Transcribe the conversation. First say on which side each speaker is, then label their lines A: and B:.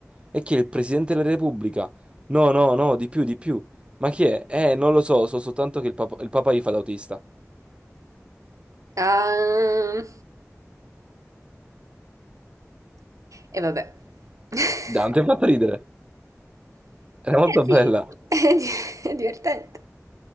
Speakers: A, on the right; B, on the right.
A: E chi è il Presidente della Repubblica? No, no, no, di più, di più. Ma chi è? Eh, non lo so, so soltanto che il Papa, il Papa gli fa da autista.
B: Ah, E vabbè. <laughs>
A: Dai, non ti ha fatto ridere. Era molto
B: Eh sì,
A: bella.
B: <laughs> è di- è divertente.